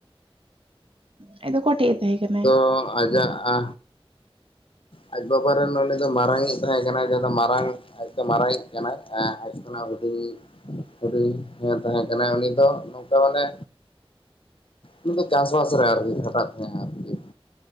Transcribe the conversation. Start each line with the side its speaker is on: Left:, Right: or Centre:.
Right: ᱦᱮᱸ ᱟᱡ ᱫᱚ ᱠᱚᱚᱴᱤᱡ ᱮ ᱛᱟᱦᱮᱸ ᱠᱟᱱᱟᱭ?
Left: ᱛᱚ ᱟᱡᱟᱜ ᱟ ᱟᱡ ᱵᱟᱵᱟᱨᱮᱱ ᱱᱚᱰᱮ ᱫᱚ ᱢᱟᱨᱟᱝᱤᱡ ᱛᱟᱦᱮᱸ ᱠᱟᱱᱟᱭ ᱡᱟᱦᱟᱸ ᱫᱚ ᱢᱟᱨᱟᱝ ᱟᱡ ᱫᱚ ᱢᱟᱨᱟᱝᱤᱡ ᱠᱟᱱᱟᱭ ᱟᱭ ᱠᱷᱚᱱᱟᱜ ᱦᱩᱰᱤᱧ ᱤᱡ ᱦᱩᱰᱤᱧ ᱤᱡ ᱮ ᱛᱟᱸᱦᱮ ᱠᱟᱱᱟᱭ ᱩᱱᱤ ᱫᱚ ᱱᱚᱝᱠᱟ ᱢᱟᱱᱮ ᱩᱱᱤ ᱫᱚ ᱪᱟᱥ ᱵᱟᱥ ᱨᱮ ᱟᱨᱠᱤ ᱠᱷᱟᱴᱟᱜ ᱛᱟᱦᱮᱸᱜᱼᱟᱭ ᱟᱨᱠᱤ᱾